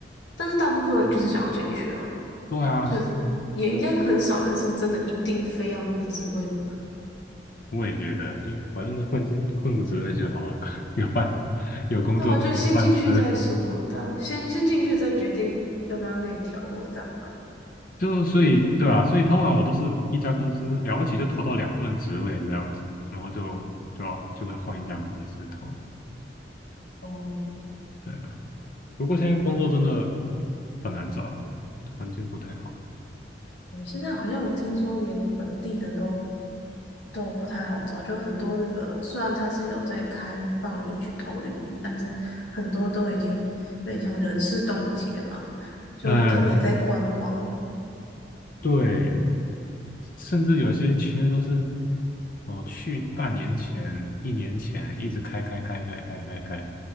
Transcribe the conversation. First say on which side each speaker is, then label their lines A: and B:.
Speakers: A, on the left; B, on the left.
A: 但是大部分人就是想要进去啊，
B: 对啊，
A: 就是也应该很少人是真的一定非要那个职位不可。
B: 我也觉得，就反正混进混个职位就好了，<laughs> 有饭有工作就有饭吃。
A: 对啊，就先进去再说，对啊，先先进去再决定要不要内调或者干嘛。
B: 就所以对啊，所以通常我都是一家公司了不起就投到两份职位这样子，然后就就要就会换一家公司投。
A: 哦，
B: 对啊，不过现在工作真的很难找，环境不太好。
A: 我现在好像我听说连本地的都。都不太好找，就很多那个，虽然他是有在开放你去投履历，但是很多都已经有点像人事冻结嘛，就他们也在观望，
B: 嗯、对，甚至有些缺都是哦，去半年前、一年前一直开开开开开开开，